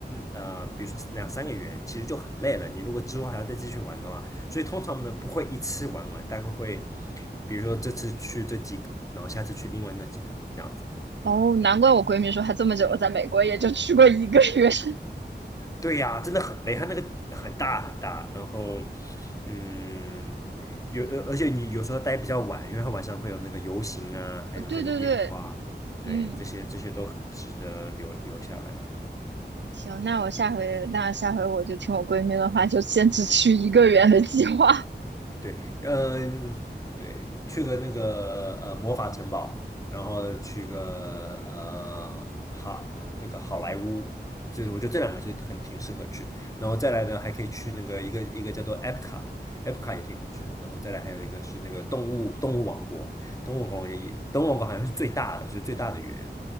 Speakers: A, on the left (about 20°); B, on the right (about 80°).
A: 呃，比如说两三个月，其实就很累了。你如果之后还要再继续玩的话，所以通常呢不会一次玩完，大概会，比如说这次去这几个，然后下次去另外那几个，这样。子。
B: 哦，难怪我闺蜜说她这么久了，在美国也就去过一个月。<laughs>
A: 对呀，真的很累，它那个很大很大，然后，嗯，有，而而且你有时候待比较晚，因为它晚上会有那个游行啊，还有这个烟花，
B: 呃对对对，
A: 对，
B: 嗯，
A: 这些这些都很值得留留下来的。
B: 行，那我下回那下回我就听我闺蜜的话，就先只去一个月的计划。
A: 对，嗯，对，去个那个呃魔法城堡，然后去个呃好那个好莱坞，这我觉得这两个就很挺适合去。然后再来呢，还可以去那个一个一个叫做 e p c o t e p c o 也挺好去的。然后再来还有一个是那个动物动物王国，动物王国也动物王国好像是最大的，是最大的园。